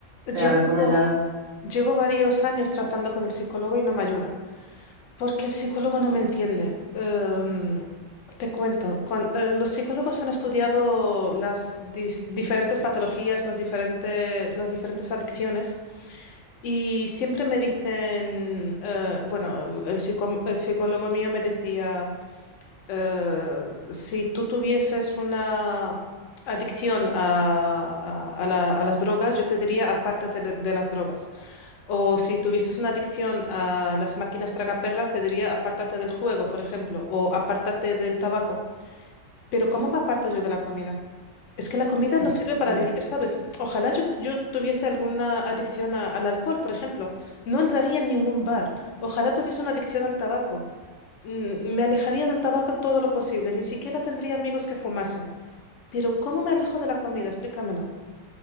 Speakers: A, on the left; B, on the right.
A: Llevo,
B: ¿te ha recomendado?
A: Llevo varios años tratando con el psicólogo y no me ayuda, porque el psicólogo no me entiende. Em, te cuento, cuan- eh, los psicólogos han estudiado las dis- diferentes patologías, las diferentes, las diferentes adicciones y siempre me dicen, eh, bueno, el, psico- el psicólogo mío me decía... Eh, si tú tuvieses una adicción a, a- a la- a las drogas, yo te diría aparte de, la- de las drogas. O si tuvieses una adicción a las máquinas tragaperras, te diría apártate del juego, por ejemplo, o apártate del tabaco. Pero ¿cómo me aparto yo de la comida? Es que la comida
B: este,
A: no sirve para vivir, ¿sabes? Ojalá yo, yo tuviese alguna adicción a- al alcohol, por ejemplo. No entraría en ningún bar. Ojalá tuviese una adicción al tabaco. Mm, Me alejaría del tabaco todo lo posible, ni siquiera tendría amigos que fumasen. Pero ¿cómo me alejo de la comida? Explícamelo.